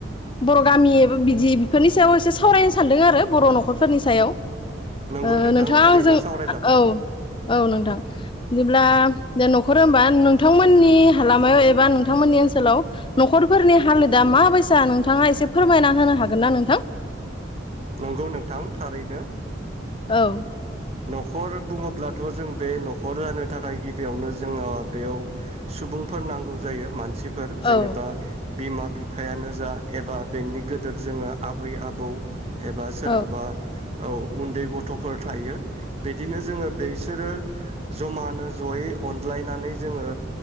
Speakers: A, on the left; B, on the right.
A: बर' गामि एबा बिदि बेफोरनि सायाव एसे सावरायनो सानदों आरो बर' न'खरफोरनि साय सायाव ओ
B: नंगौ नोंथां
A: नोंथाङा
B: थारैनो
A: जों
B: सावरायजागोन
A: औ औ नोंथां बिदिब्ला दा न'खर होमबा नोंथांमोननि हालामयाव एबा नोंथांमोननि ओनसोलाव न'खरफोरनि हालोदा माबायसा नोंथाङा एसे-एसे फोरमायना होनो हागोन ना नोंथां
B: नंगौ नोंथां थारैनो
A: औ
B: न'खर बुङोब्लाथ' जों बे न'खर जानो थाखाय गिबियावनो जोंङो बेयाव सुबुंफोर नांगौ जायो। मानसिफोर जेनेबा
A: औ
B: बिमा बिफायानो जा एबा बेनि गदोर जोङो आब बै, आबौ एबा सोरहाबा
A: औ
B: औ उन्दै गथफोर थायो बिदिनो जोङो बेसोरो जमानो जयै अनज्लायनानै जोङो